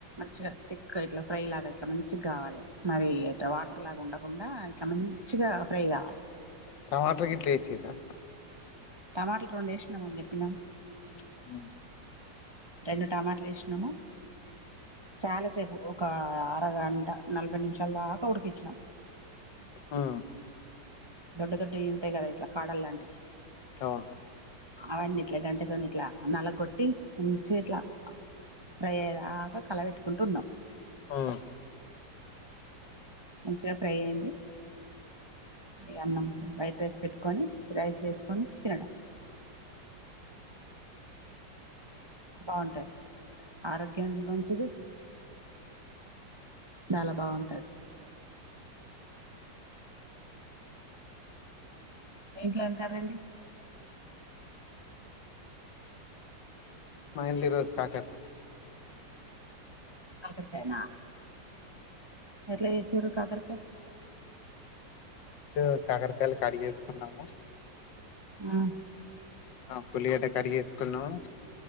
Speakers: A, on the right; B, on the left.
A: మంచిగా తిక్ ఇట్లా ఫ్రై లాగా ఇట్లా మంచిగా కావాలే మరి వాటర్ లాగా ఉండకుండా ఇట్లా మంచి చిగా ఫ్రై కావాలే
B: టమాటాలు గిట్లేసిరా
A: టమాటాలు రెండు వేసినాం అని చెప్పినాం
B: ప్చ్
A: రెండు టమాటాలు వేసినాము చాలాసేపు ఒక అరగంట నలభై నిమిషాల దాకా ఉడికిచ్చినాం
B: హ్మ్
A: దొడ్డు దొడ్డుయి ఉంటాయి కదా ఇట్లా కాడల్ లాంటివి
B: అవును
A: అవన్నీట్లా గంటతోనిట్లా నలగ కొట్టి మంచిగా ఇట్లా ఫ్రై అయ్యేదాకా కలబెట్టుకుంటూ ఉన్నాం
B: హ్మ్
A: మంచిగా ఫ్రై అయ్యింది ఇగా అన్నం వైట్ రైస్ పెట్టుకొని రైస్ లో వేసుకొని తినడం <inaudible> బాగుంటాది ఆరోగ్యానికి మంచిది చాలా బాగుంటది మీ ఇంట్లో ఏం కర్రీ అండి
B: మా ఇంట్లో ఈరోజు కాకరకాయ
A: కాకరకాయ నా ఎట్లా చేసిర్రు కాకరకాయ
B: ఫస్ట్ కాకరకాయలు కడిగేసుకున్నాము
A: ఆ
B: ఆ ఒక్క ఉల్లిగడ్డ కట్ చేసుకున్నాం